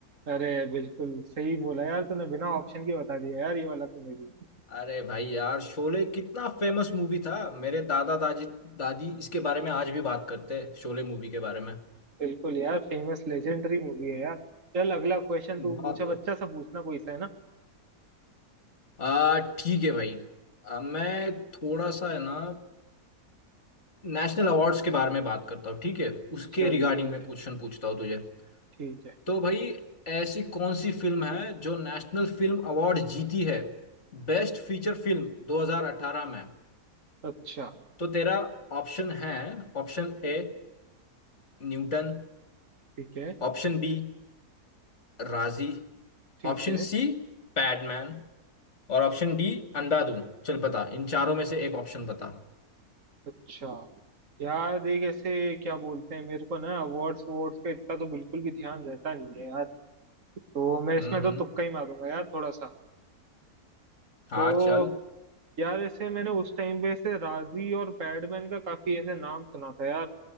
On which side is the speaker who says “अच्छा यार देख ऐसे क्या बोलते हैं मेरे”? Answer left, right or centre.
Right